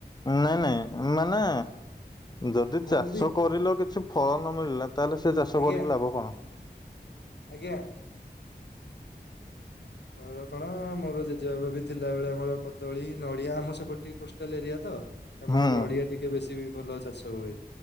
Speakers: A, on the left; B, on the left.
A: ନାଇଁ ନାଇଁ ମାନେ ଯଦି
B: ମୁଁ
A: ଚାଷ
B: ବି
A: କରିଲ କିଛି ଫଳ ନମିଳିଲା ତାହେଲେ ସେଚାଷ
B: ଆଜ୍ଞା
A: କରିକି ଲାଭ କଣ?
B: ଆଜ୍ଞା। କହଳ କଣ ମୋର ଜେଜେବାବି ଥିଲା ବଳେ ଆମର କଦଳୀ ନଡ଼ିଆ ଆମ ସେପଟ ଟିକେ କୋଷ୍ଟାଲ ଏରିଆତ ଆମର
A: ହୁଁ
B: ନଡ଼ିଆ ଟିକେ ବେଶୀବି ଭଲ ଚାଷ ହୁଏ।